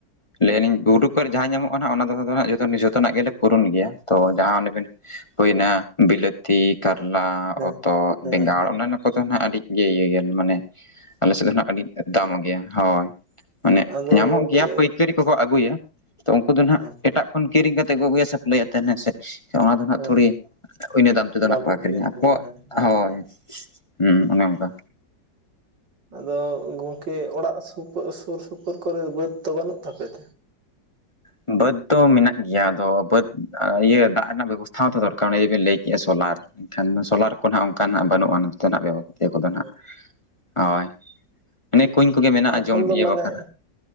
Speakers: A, on the left; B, on the right.
A: ᱞᱟᱹᱭ ᱟᱹᱞᱤᱧ ᱵᱩᱨᱩ
B: ᱦᱮᱸ
A: ᱠᱚᱨᱮ ᱡᱟᱦᱟᱸ ᱧᱟᱢᱚᱜ ᱠᱟᱱᱟ ᱦᱟᱜ ᱚᱱᱟ ᱫᱚ ᱡᱷᱚᱛᱚ ᱱᱟᱜ ᱜᱮ ᱞᱮ ᱯᱩᱨᱩᱱ ᱜᱮᱭᱟ ᱛᱚ ᱡᱟᱦᱟᱸ ᱚᱱᱮ ᱵᱤᱱ ᱦᱩᱭᱱᱟ ᱵᱤᱞᱟᱹᱛᱤ, ᱠᱟᱨᱞᱟ,
B: ᱦᱮᱸ
A: ᱦᱚᱛᱚᱫ, ᱵᱮᱸᱜᱟᱲ
B: ᱦᱮᱸ ᱦᱮᱸ
A: ᱚᱱᱟ ᱠᱚ ᱫᱚ ᱱᱟᱜ ᱟᱹᱰᱤᱜᱮ ᱤᱭᱟᱹ ᱢᱟᱱᱮ ᱟᱞᱮ ᱥᱮᱫ ᱫᱚ ᱱᱟᱜ ᱢᱤᱫ ᱫᱟᱢ ᱜᱮᱭᱟ ᱦᱳᱭ ᱢᱟᱱᱮ
B: ᱟᱫᱚ
A: ᱧᱟᱢᱚᱜ
B: ᱜᱚᱝᱠᱮ
A: ᱜᱮᱭᱟ ᱯᱟᱹᱭᱠᱟᱹᱨᱤ, ᱟᱹᱜᱩᱭᱟ ᱛᱚ ᱩᱱᱠᱩ ᱫᱚ ᱱᱟᱜ
B: ᱦᱮᱸ
A: ᱮᱴᱟᱜ ᱠᱷᱚᱱ ᱠᱤᱨᱤᱧ ᱠᱟᱛᱮ ᱠᱚ ᱟᱹᱜᱩᱭᱟ ᱥᱟᱯᱞᱟᱭ ᱟᱛᱮ ᱦᱮᱸ ᱥᱮ? ᱚᱱᱟ ᱫᱚ ᱱᱟᱜ
B: ᱦᱮᱸ
A: ᱛᱷᱚᱲᱤ ᱤᱱᱟᱹ ᱫᱟᱢ ᱛᱮ ᱫᱚ
B: ᱫᱟᱢᱚᱜ
A: ᱱᱟᱜ ᱠᱚ ᱟᱠᱷᱨᱤᱧᱟ,
B: ᱜᱮᱭᱟ
A: ᱟᱠᱚ
B: ᱦᱮᱸ ᱦᱮᱸ ᱦᱮᱸ
A: ᱦᱳᱭ
B: ᱦᱮᱸ
A: ᱦᱩᱸ, ᱚᱱᱮ ᱚᱝᱠᱟ
B: ᱟᱫᱚ ᱜᱚᱢᱠᱮ ᱚᱲᱟᱜ ᱥᱩᱯᱩᱨ ᱥᱩᱨ ᱥᱩᱯᱩᱨ ᱠᱚᱨᱮ ᱵᱟᱹᱫᱽ ᱫᱚ ᱵᱟᱹᱱᱩᱜ ᱛᱟᱯᱮ ᱛᱮ
A: ᱵᱟᱹᱫᱽ ᱫᱚ ᱢᱮᱱᱟᱜ ᱜᱮᱭᱟ ᱟᱫᱚ ᱵᱟᱹᱫᱽ ᱤᱭᱟᱹ ᱫᱟᱜ ᱨᱮᱱᱟᱜ ᱵᱮᱵᱚᱥᱛᱷᱟ ᱦᱚᱸᱛᱚ ᱫᱚᱨᱠᱟᱨ ᱚᱱᱮ ᱡᱮᱵᱤᱱ ᱞᱟᱹᱭ ᱠᱮᱜᱼᱟ ᱥᱳᱞᱟᱨ ᱾ ᱮᱱᱠᱷᱟᱱ ᱫᱚ ᱥᱚᱞᱟᱨ, ᱠᱚᱱᱟᱜ ᱚᱝᱠᱟ ᱱᱟᱜ ᱵᱟᱹᱱᱩᱜᱼᱟ ᱱᱚᱛᱮ ᱱᱟᱜ ᱵᱮᱵᱚᱥᱛᱷᱟ ᱠᱚ ᱫᱚ
B: ᱚ
A: ᱱᱟᱜ, ᱦᱳᱭ ᱚᱱᱮ ᱠᱩᱧ ᱠᱚᱜᱮ ᱢᱮᱱᱟᱜᱼᱟ
B: ᱚᱱᱟ
A: ᱡᱚᱢ
B: ᱠᱷᱟᱱ ᱫᱚ
A: ᱤᱭᱟᱹ
B: ᱢᱟᱱᱮ,
A: ᱵᱟᱠᱷᱨᱟ